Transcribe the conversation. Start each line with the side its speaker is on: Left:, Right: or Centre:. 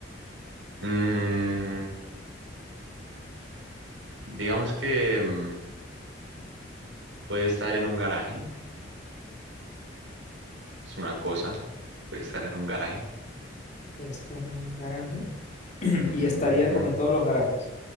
Right: Mm, digamos que... mm, Puede estar en un garaje, es una cosa. Puede estar en un garaje.
Left: Pues, estar en el garaje? <clears throat>
Right: Ujú,
Left: Y estaría
Right: ujú.
Left: como en todos los garajes.